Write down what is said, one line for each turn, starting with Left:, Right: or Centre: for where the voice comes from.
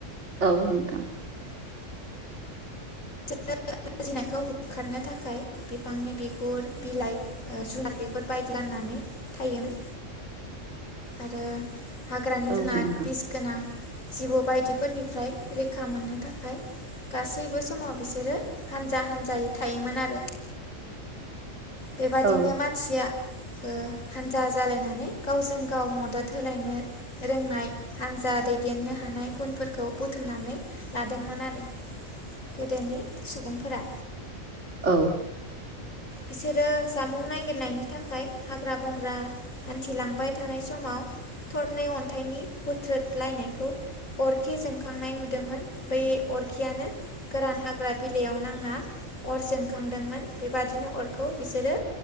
Right: औ नोंथां।
Left: <unintelligible> लाजिनायखौ होखारनो थाखाय बिफांनि बिगुर, बिलाइ, जुनार बिगुर बायदि गाननानै थायोमोन आरो हाग्रानि
Right: औ
Left: जुनार
Right: नोंथां
Left: बिस गोनां जिबौ बायदिफोरनिफ्राय रैखा मोननो थाखाय गासैबो समाव बिसोरो हानजा हानजायै थायोमोन आरो। बेबादिनो
Right: औ
Left: मानसिया ओ हानजा जालायनानै गावजों गाव मदद होलायनो रोंनाय हान्जा दैदेननो हानाय गुनफोरखौ बुथुमनानै लादोंमोन आरो गोदोनि सुबुंफोरा।
Right: औ।
Left: बिसोरो जामुं नागिरनायनि थाखाय हाग्रा बंग्रा हान्थिलांबाय थानाय समाव थरनै अन्थाइनि हुथ्रोदलायनायखौ अरखि जोंखांनाय नुदोंमोन बै अरखियानो गोरान हाग्रा बिलाइयाव नांना अर जोंखांदोंमोन। बेबाद दिनो अरखौ बिसोरो